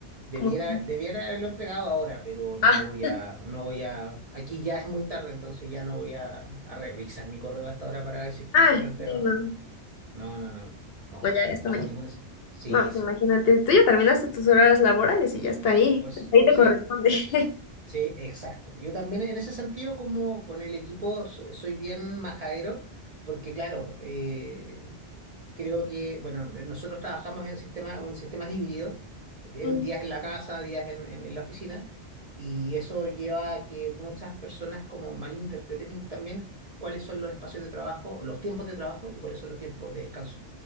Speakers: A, on the right; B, on the left.
A: Debiera,
B: como...
A: debiera haberlo entregado ahora, pero no
B: Ah,
A: voy a, no voy a, aquí ya es muy tarde, entonces ya no voy a, a revisar mi correo hasta ahora para ver
B: <laughs>
A: si es que
B: ah,
A: hizo la entrega
B: sí,
A: o no.
B: no.
A: No, no, no, no, no,
B: No, ya, ya está
A: bajo
B: mañana.
A: ninguna circunstancia. Sí,
B: No, pues
A: sí,
B: imagínate,
A: ya.
B: tú ya terminaste tus horas laborales y ya está ahí.
A: Pues,
B: Hasta Ahí te
A: sí.
B: corresponde. <laughs>
A: Sí, exacto. Yo también en ese sentido, como con el equipo, so- soy bien majadero, porque claro, eh, creo que, bueno, nosotros trabajamos en sistemas, en sistemas híbridos, en
B: Mm.
A: días en la casa, días en, en- en la oficina, y eso lleva a que muchas personas como malinterpreten también cuáles son los espacios de trabajo, los tiempos de trabajo y cuáles son los tiempos de descanso.